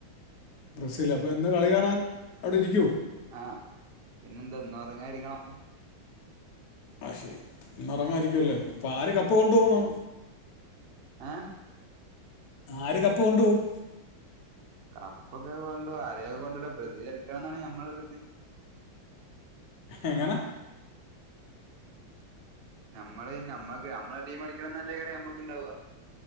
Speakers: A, on the left; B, on the right.
A: ബ്രസീൽ അപ്പോ ഇന്ന് കളി കാണാൻ അവിടെ ഇരിക്കുവോ
B: ആഹ് പിന്നെന്താ ഇന്ന് ഉറങ്ങാതിരിക്കണം
A: അത് ശരി ഇന്ന് ഉറങ്ങായിരിക്കുവല്ലേ
B: ഉം
A: അപ്പോ ആര് കപ്പ് കൊണ്ടു പോണം
B: ഉം ഏ
A: ആര് കപ്പ് കൊണ്ട് പോകും
B: കപ്പ് ഒക്കെ കൊണ്ടോ ആരലൊക്കെ കൊണ്ടല്ലോ ബ്രസീൽ അടിക്കണം എന്നാണ് ഞമ്മടെ ഇത്
A: എങ്ങനെ
B: നമ്മള് നമ്മക്ക് നമ്മടെ ടീം അടിക്കണന്നല്ലേ ഏറെ നമുക് ണ്ടാവുക